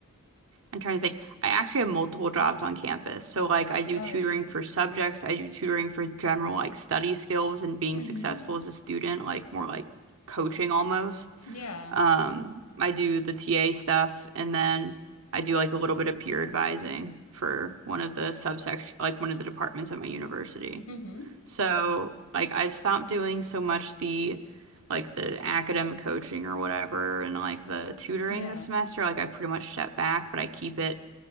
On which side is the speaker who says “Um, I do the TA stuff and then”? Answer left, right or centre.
Right